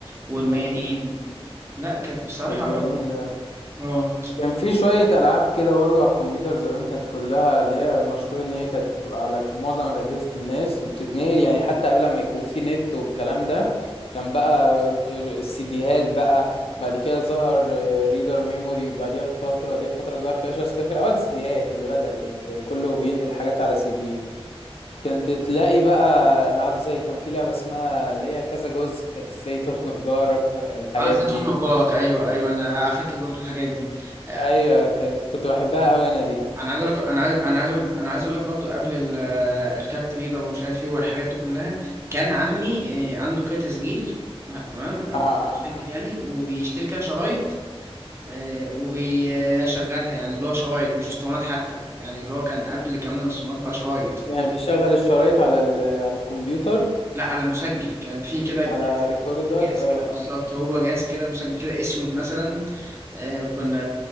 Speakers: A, on the right (about 25°); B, on the left (about 70°).
A: والميادين
B: امم أمم.
A: لا كانت بصراحة
B: كانت جميله
A: اه
B: كان في شوية ألعاب كده برضو على الكمبيوتر زمان كانت كلها اللي هي مشهور إن هي كانت بتبقى على معظم أجهزة الناس وبتتنقل يعني حتى قبل ما يكون في نت والكلام ده كان بقى السيديهات بقى بعد كده ظهر ريدر ميموري بعديها بفترة بعديها بفترة ظهر فلاش بس كان في الأول سيديهات اللي بدأ يعني كان كله بينقل حاجات على سي دي كانت تلاقي بقى ألعاب زي كان في لعبة اسمها اللي هي كذا جزء كانت ازاي تخنق جارك الحاجات
A: عايز تخنق
B: دي
A: جارك ايوه ايوه انا فاكر برضو الحاجات دي آه،
B: ايوه كانت كنت بحبها قوي انا دي
A: انا عايز اقول لك انا عايز انا عايز اقول لك انا عايز اقول لك برضو قبل ال- آه، الكارت بيضاء ومش عارف ايه والحاجات دي كلها كان عمي آه، عنده كده تسجيل آه، تمام او
B: اه اه
A: كان مسجل يعني وبيشتري كده شرايط آه، وبيشغلها يعني اللي هو شرايط مش اسطوانات حتى يعني اللي هو كان قبل كمان الاسطوانات بقى شرايط
B: يعني بيشغل الشرايط على ال... على الكمبيوتر
A: لا على مسجل كان في كده
B: على ريكوردر
A: جهاز
B: اه
A: كده
B: اه
A: بالظبط هو جهاز كده مسجل كده اسود مثلا آه كنا